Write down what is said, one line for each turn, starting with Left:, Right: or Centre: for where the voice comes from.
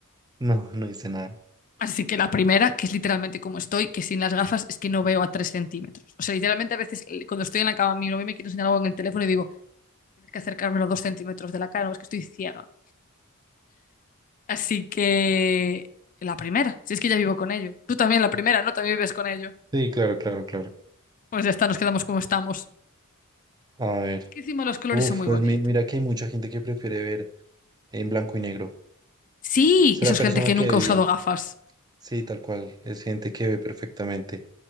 Right: No, no hice nada.
Left: Así que la primera, que es literalmente como estoy, que sin las gafas es que no veo a tres centímetros. O sea, literalmente a veces eh, cuando estoy en la cama, mi novio me quiere enseñar algo en el teléfono y digo, tienes que acercármelo dos centímetros de la cara, o es que estoy ciega. Así que la primera, si es que ya vivo con ello. Tú también la primera, ¿no? También vives con ello.
Right: Sí, claro, claro, claro.
Left: Pues ya está, nos quedamos como estamos.
Right: A ver.
Left: Es que encima los colores
Right: Uf,
Left: son muy
Right: pues
Left: bonitos.
Right: mi- mira que hay mucha gente que prefiere ver en blanco y negro.
Left: Sí,
Right: Será
Left: eso es
Right: persona
Left: gente que
Right: que
Left: nunca
Right: ve
Left: ha
Right: bien.
Left: usado gafas.
Right: Sí, tal cual. Es gente que ve perfectamente.